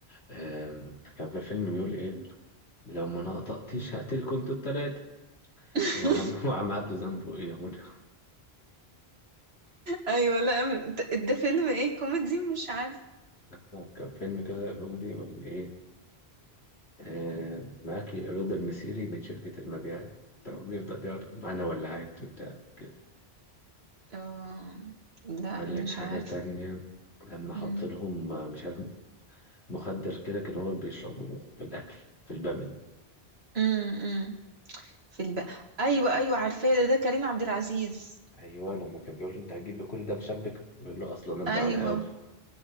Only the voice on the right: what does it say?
<laughs>
ايوه لا م- ت- ده فيلم ايه كوميدي مش عارف
اه لا
مش
عارف
مم.
مم. مم. في الب... ايوه ايوه عارفاه ده ده كريم عبد العزيز
ايوه